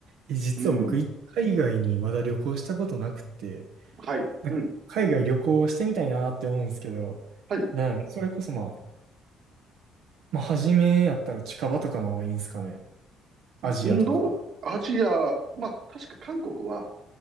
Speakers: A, on the right; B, on the right.
A: え、実は僕、
B: うん。
A: い海外にまだ旅行したことなくて、
B: はい。
A: なんか海外旅行してみたいなって思うんですけど、
B: うん。はい。
A: なんやろそれこそまあ、まあ、初めやったら近場とかの方がいいんですかね。アジアとか。
B: インド、アジア、まあ確か韓国は、